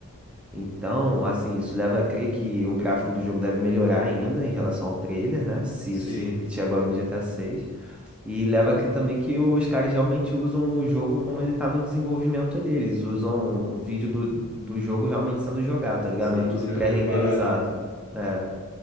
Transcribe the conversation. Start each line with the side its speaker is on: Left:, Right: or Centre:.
Centre: Então, assim, isso leva a crer que o gráfico do jogo deve melhorar ainda em relação ao trailer, né? Se
Left: sim,
Centre: isso se repetir agora no GTA VI. E leva aqui também que os caras realmente usam o jogo como ele tá no desenvolvimento ali. Eles usam o vídeo do, do jogo realmente sendo jogado, tá ligado?
Left: sim,
Centre: Não é tudo
Left: sendo
Centre: pré-renderizado.
Left: preparado, né?
Centre: É,